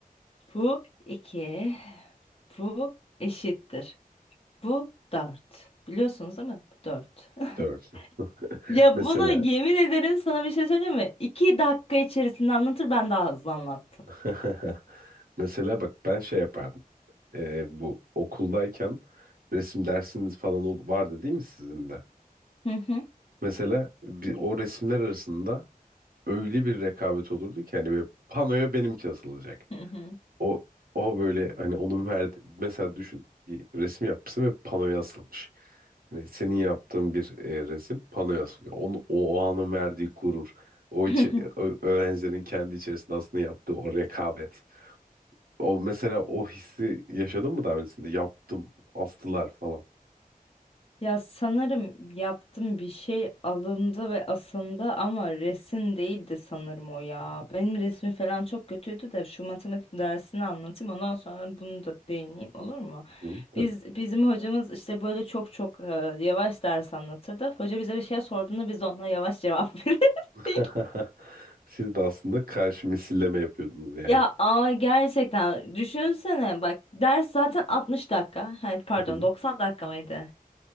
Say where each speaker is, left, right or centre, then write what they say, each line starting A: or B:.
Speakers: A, on the left; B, on the right.
A: bu 2, bu eşittir. Bu 4. Biliyorsunuz değil mi? Bu 4. <laughs>
B: Dört. <laughs>
A: Ya
B: Mesela
A: bunu yemin ederim sana bir şey söyleyeyim mi? 2 dakika içerisinde anlatır ben daha hızlı anlattım.
B: <laughs> mesela bak ben şey yapardım. Ee, bu okuldayken resim dersiniz falan ol- vardı değil mi sizin de?
A: Hı hı.
B: Mesela bir, o resimler arasında öyle bir rekabet olurdu ki hani böyle panoya benimki asılacak.
A: Hı hı.
B: O o böyle hani onun verdi mesela düşün bir resim yapmışsın ve panoya asılmış. Hani senin yaptığın bir e, resim panoya asılıyor. Onun, o, o anın verdiği gurur. O
A: Hı
B: içi,
A: hı. Bu
B: ö- öğrencilerin kendi içerisinde aslında yaptığı o rekabet. O mesela o hissi yaşadın mı daha öncesinde? Yaptım, astılar falan.
A: Ya sanırım yaptım bir şey alındı ve asıldı ama resim değildi sanırım o ya. Benim resmi falan çok kötüydü de şu matematik dersini anlatayım ondan sonra bunu da değineyim olur mu?
B: Hı, tabii.
A: Biz bizim hocamız işte böyle çok çok e, yavaş ders anlatırdı. Hoca bize bir şey sorduğunda biz de ona yavaş cevap <laughs> verirdik.
B: <laughs> Siz de aslında karşı misilleme yapıyordunuz yani.
A: Ya ama gerçekten düşünsene bak ders zaten 60 dakika. Hayır, pardon
B: Hı hı.
A: 90 dakika mıydı?